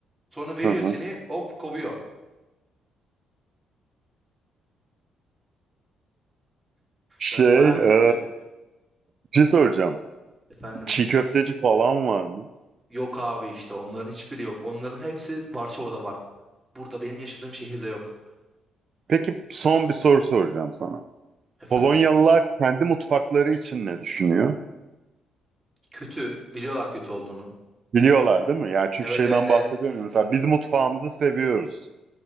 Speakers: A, on the right; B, on the right.
A: Sonra veriyor
B: Hı hı.
A: seni hop kovuyor.
B: Şey,
A: Yani baya
B: e,
A: kötü.
B: Bir şey soracağım.
A: Efendim.
B: Çiğ köfteci falan var mı?
A: Yok abi işte onların hiçbiri yok. Onların hepsi Varşova'da var. Burada benim yaşadığım şehirde yok.
B: Peki son bir soru soracağım sana.
A: Efendim.
B: Polonyalılar kendi mutfakları için ne düşünüyor?
A: Kötü. Biliyorlar kötü olduğunu.
B: Biliyorlar değil mi? Yani çünkü
A: Evet
B: şeyden
A: evet
B: bahsediyorum.
A: evet.
B: ya, Mesela biz mutfağımızı seviyoruz.